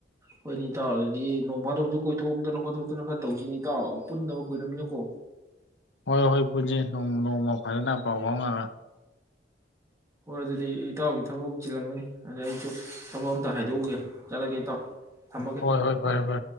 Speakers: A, on the right (about 15°); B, on the left (about 85°).
A: ꯍꯣꯏꯅꯦ ꯏꯇꯥꯎ ꯑꯗꯨꯗꯤ ꯅꯣꯡꯐꯥꯗꯧꯁꯨ ꯀꯣꯏꯊꯣꯛꯇꯅ ꯈꯣꯠꯇꯣꯛꯇꯅ ꯈꯔ ꯇꯧꯁꯤꯅꯦ ꯏꯇꯥꯎ ꯄꯨꯟꯗꯕ ꯀꯨꯏꯔꯃꯤꯅꯀꯣ?
B: ꯍꯣꯏ ꯍꯣꯏ ꯄꯨꯟꯖꯤ ꯅꯣꯡꯃ ꯅꯣꯡꯃ ꯐꯖꯅ ꯄꯥꯎ ꯐꯥꯎꯅꯔ꯫
A: ꯍꯣꯏ ꯑꯗꯨꯗꯤ ꯏꯇꯥꯎꯒꯤ ꯊꯕꯛ ꯆꯤꯜꯂꯝꯃꯅꯤ꯫ ꯑꯗ ꯑꯩꯁꯨ ꯊꯕꯛ ꯑꯝꯇ ꯍꯥꯏꯗꯣꯛꯎꯒꯦ ꯆꯠꯂꯒꯦ ꯏꯇꯥꯎ ꯊꯝꯃꯒꯦ꯫
B: ꯍꯣꯏ ꯍꯣꯏ ꯐꯔꯦ ꯐꯔꯦ